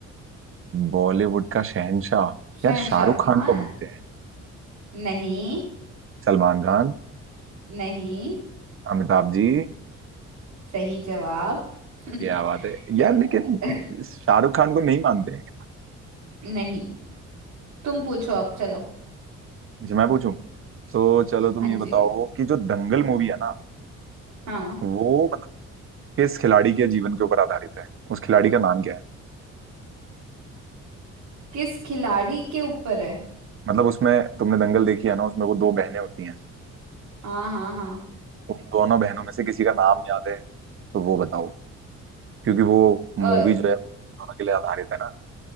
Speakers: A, on the right; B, on the right.
A: बॉलीवुड का शहंशाह
B: शहंशाह
A: यार शाहरुख
B: हाँ
A: खान को बोलते हैं
B: नहीं
A: सलमान खान
B: नहीं
A: अमिताभ जी
B: सही जवाब <laughs>
A: क्या बात है
B: Yeah.
A: यार लेकिन शाहरुख खान को नहीं मानते हैं
B: नहीं तुम पूछो अब चलो
A: अच्छा, मैं पूछूं तो चलो तुम
B: हाँ
A: ये
B: जी
A: बताओ कि जो दंगल मूवी है ना
B: हाँ
A: वो मतलब किस खिलाड़ी के जीवन के ऊपर आधारित है उस खिलाड़ी का नाम क्या है
B: किस खिलाड़ी के ऊपर है
A: मतलब उसमें तुमने दंगल देखी है ना उसमें वो दो बहनें होती हैं
B: हाँ हाँ हाँ
A: तो उन दोनों बहनों में से किसी का नाम याद है तो वो बताओ क्योंकि वो
B: अ,
A: मूवी जो है दोनों के लिए आधारित है ना